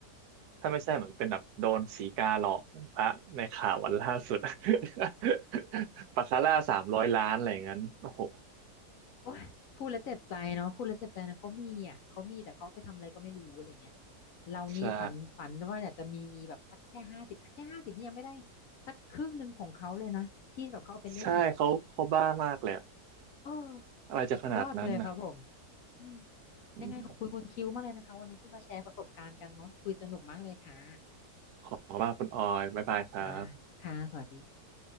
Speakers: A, on the right; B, on the left.
A: ถ้าไม่ใช่เหมือนเป็นแบบโดนสีกาหลอกเหมือนพระในข่าววันล่าสุด <laughs> บาคาร่าสามร้อยล้านอะไรอย่างนั้นโอ้โห
B: โอ้ยพูดแล้วเจ็บใจเนาะพูดแล้วเจ็บใจนะเขามีอ่ะเขามีแต่เขาเอาไปทำอะไรก็ไม่รู้อะไรเงี้ยเรานี่ฝันฝันว่าอยากจะมีแบบสักแค่ห้าสิบแค่ห้าสิบนี่ยังไม่ได้
A: ใช่
B: สักครึ่งหนึ่งของเขาเลยนะที่แบบเขาเอาไปเล่นน่ะ
A: ใช่เขาเขาบ้ามากเลย
B: เออ
A: อะไรจะขนาดนั้นนะ
B: สุดยอดไปเลยครับผมอืม
A: อืม
B: ยังไงขอบคุณคุณคิวมากเลยนะคะวันนี้ที่มาแชร์ประสบการณ์กันเนาะคุยสนุกมากเลยค่ะ
A: ขอว่าคุณออยบ๊ายบายครับ
B: ค่ะค่ะสวัสดีค่ะ